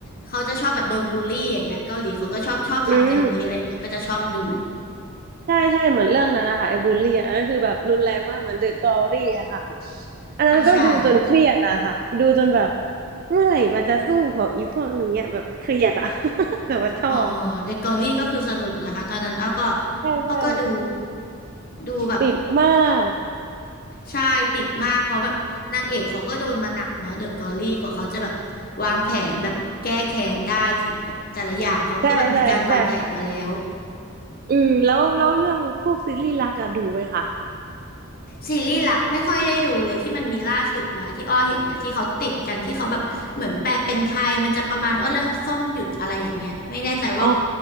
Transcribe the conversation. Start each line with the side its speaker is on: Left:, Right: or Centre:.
Left: เขาจะชอบแบบโดนบูลลี่อย่างเงี้ยเกาหลีเขาก็ชอบชอบทำแนวนี้อะไรอย่างเงี้ยก็จะชอบดู
Right: อืมใช่ใช่เหมือนเรื่องนั้นนะคะไอ้บูลลี่อะอันนั้นคือแบบรุนแรงมากเหมือนเดอะกอรี่อะค่ะอันนั้นก็ดูจนเครียดอะค่ะดูจนแบบ
Left: อ่าใช่
Right: เมื่อไหร่มันจะสู้ของอีพวกนี้อะแบบเครียดอะ <laughs> แต่ว่าชอบ
Left: อ๋อเดอะเกาหลีก็คือสนุกนะคะตอนนั้นอ้อก็
Right: ใช่ใช่
Left: อ้อก็ดูดูแบบ
Right: ติดมาก
Left: ใช่ติดมากเพราะแบบนางเอกเขาก็โดนมาหนักเนาะเดอะกอรี่กว่าเขาจะแบบวางแผนแบบแก้แค้นได้ที่แบบแต่ละอย่างเขาก็แบบมีการวางแผนมาแล้ว
Right: ใช่ใช่ใช่ อืมแล้วแล้วเรื่องพวกซีรีส์รักอะดูไหมคะ
Left: ซีรีส์รักไม่ค่อยได้ดูเลยที่มันมีล่าสุดมาที่อ้อเห็นนะที่เขาติดกันที่เขาแบบเหมือนแปลเป็นไทยมันจะประมาณว่าเรื่องส้มหยุดอะไรอย่างเงี้ยไม่แน่ใจว่า
Right: อ๋อ